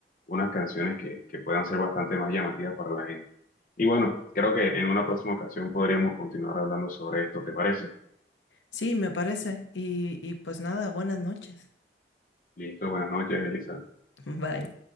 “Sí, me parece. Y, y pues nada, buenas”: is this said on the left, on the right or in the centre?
Left